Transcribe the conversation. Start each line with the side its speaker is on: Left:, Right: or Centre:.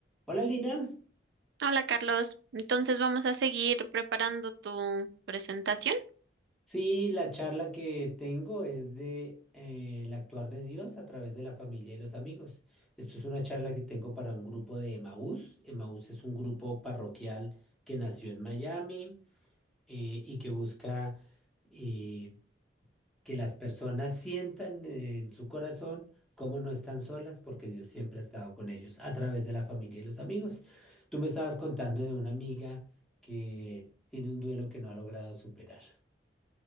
Centre: Hola Lina,
Right: Hola Carlos, entonces vamos a seguir preparando tu presentación.
Centre: sí, la charla que tengo es de eh, el actuar de Dios a través de la familia y los amigos. Esto es una charla que tengo para un grupo de Emaús. Emaús es un grupo parroquial que nació en Miami eh, y que busca eh, que las personas sientan en su corazón cómo no están solas porque Dios siempre ha estado con ellos a través de la familia y los amigos. Tú me estabas contando de una amiga que tiene un duelo que no ha logrado superar.